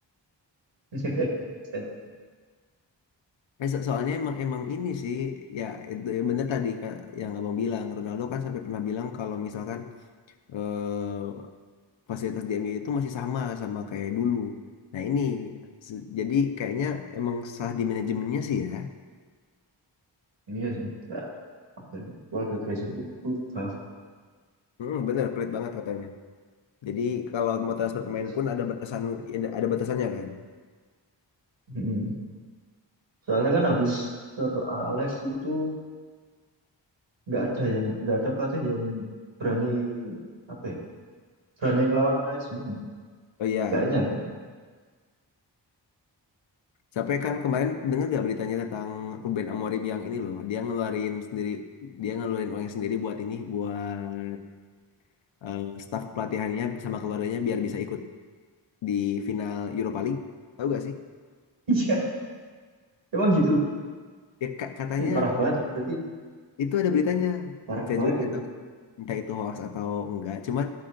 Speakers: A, on the right; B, on the left.
A: <laughs> set
B: Eh, so- soalnya emang emang ini sih ya itu bener tadi Kak, yang abang bilang Ronaldo kan sampai pernah bilang kalau misalkan eh, fasilitas di MU itu masih sama sama kayak dulu. Nah ini se- jadi kayaknya emang salah di manajemennya sih ya.
A: iya sih nggak apa ya, keluarga Glazer itu pelit banget
B: Mm, bener, pelit banget katanya. Jadi kalau mau transfer pemain
A: Terus,
B: pun ada batasan ada batasannya kan.
A: mm-mm. Soalnya kan habis Sir Alex itu nggak ada yang nggak ada pelatih yang berani apa ya berani ngelawan manajemen
B: Oh iya,
A: kayaknya. <laughs>
B: sampai kan kemarin dengar gak beritanya tentang Ruben Amorim yang ini loh, dia ngeluarin sendiri dia ngeluarin uangnya sendiri buat ini buat eh, staf pelatihannya sama keluarganya biar bisa ikut di final Europa League. Tahu gak sih?
A: Iya, emang gitu.
B: Ya, ka- katanya
A: Eh, parah banget berarti
B: itu ada beritanya.
A: parah
B: Saya
A: banget
B: juga
A: kayak gitu.
B: entah itu hoax atau enggak cuman